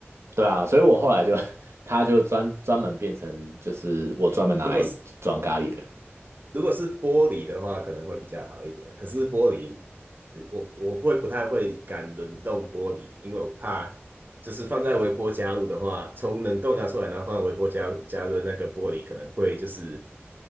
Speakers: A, on the right (about 75°); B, on the right (about 45°).
A: 对啊，所以我后来就，<laughs> 它就专专门变成就是我专门拿来装咖喱的。
B: 如果是如果是玻璃的话，可能会比较好一点。可是玻璃，我我会不太会敢冷冻玻璃，因为我怕就是放在微波加热的话，从冷冻拿出来，然后放在微波加加热，那个玻璃可能会就是